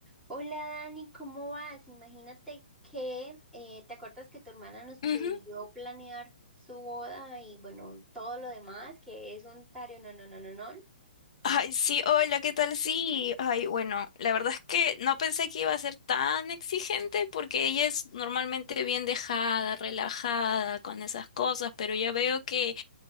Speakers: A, in the centre; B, on the left (about 35°).
A: Hola Dani, ¿cómo vas? Imagínate que eh, te acuerdas que tu hermana nos pidió
B: Ujú.
A: planear su boda y bueno, todo lo demás, que es un tario, no, no, no, no, no.
B: Ay, sí, hola, ¿qué tal? Sí, ay, bueno, la verdad es que no pensé que iba a ser tan exigente porque ella es normalmente bien dejada, relajada con esas cosas, pero ya veo que,